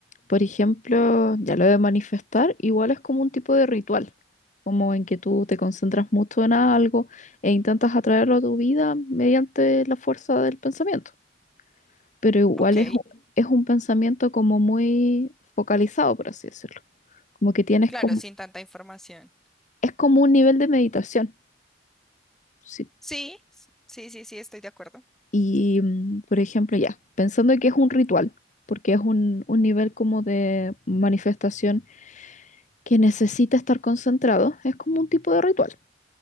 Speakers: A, on the left (about 40°); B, in the centre.
A: por ejemplo, ya lo de manifestar igual es como un tipo de ritual, como en que tú te concentras mucho en algo e intentas atraerlo a tu vida mediante la fuerza del pensamiento. Pero igual
B: Ok,
A: es, un- es un pensamiento como muy focalizado, por así decirlo. Como que tienes
B: claro,
A: como,
B: sin tanta información.
A: es como un nivel de meditación. si
B: Sí, sí, sí, sí, estoy de acuerdo.
A: Y, mm, por ejemplo, ya, pensando que es un ritual, porque es un, un nivel como de manifestación que necesita estar concentrado, es como un tipo de ritual.